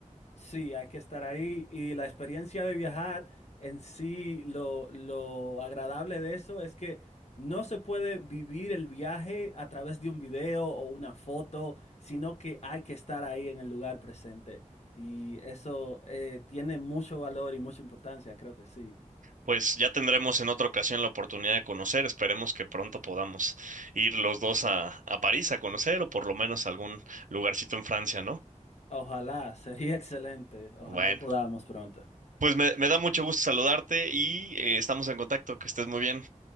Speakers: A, on the left (about 55°); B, on the right (about 75°).
A: Sí, hay que estar ahí y la experiencia de viajar en sí, lo, lo agradable de eso es que no se puede vivir el viaje a través de un video o una foto, sino que hay que estar ahí en el lugar presente. Y eso eh, tiene mucho valor y mucha importancia, creo que sí.
B: Pues ya tendremos en otra ocasión la oportunidad de conocer. Esperemos que pronto podamos ir los dos a, a París a conocer o por lo menos a algún lugarcito en Francia, ¿no?
A: Ojalá, <laughs> sería excelente. Ojalá
B: Bueno,
A: y podamos pronto.
B: pues me, me da mucho gusto saludarte y eh, estamos en contacto. Que estés muy bien.